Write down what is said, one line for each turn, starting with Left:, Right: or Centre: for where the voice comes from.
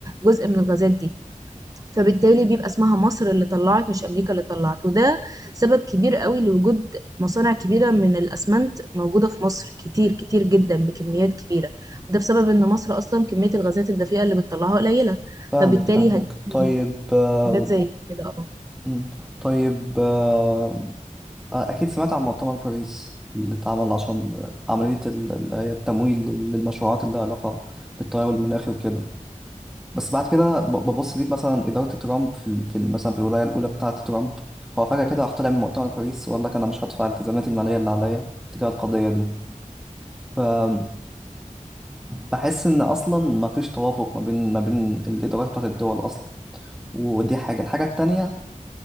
Right: جزء من الغازات دي فبالتالي بيبقى اسمها مصر اللي طلعت مش امريكا اللي طلعت وده سبب كبير قوي لوجود مصانع كبيره من الاسمنت موجوده في مصر كتير كتير جدا بكميات كبيره وده بسبب ان مصر اصلا كميه الغازات الدفيئه اللي بتطلعها قليله
Centre: فاهمك
Right: فبالتالي
Centre: فاهمك
Right: هتجيب
Centre: طيب آه،
Right: حاجات زي كده
Centre: مم. طيب آه، آه، أكيد سمعت عن مؤتمر باريس اللي اتعمل عشان عملية ال- اللي هي التمويل للمشروعات اللي لها علاقة بالتغير المناخي وكده بس بعد كده ب- ببص ليك مثلا إدارة ترامب في ال- في ال- مثلا في الولاية الأولى بتاعة ترامب هو فجأة كده راح طلع من مؤتمر باريس وقال لك أنا مش هدفع الالتزامات المالية اللي عليا تجاه القضية دي فأنا بحس إن أصلا مفيش توافق ما بين ما بين الإدارات بتاعة الدول أصلا ودي حاجة الحاجة التانية